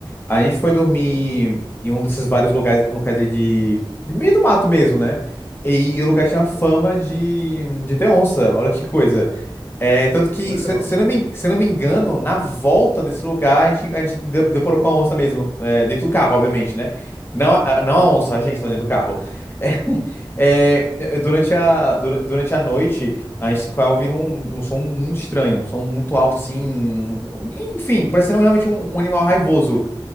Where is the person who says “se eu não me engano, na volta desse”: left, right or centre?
Left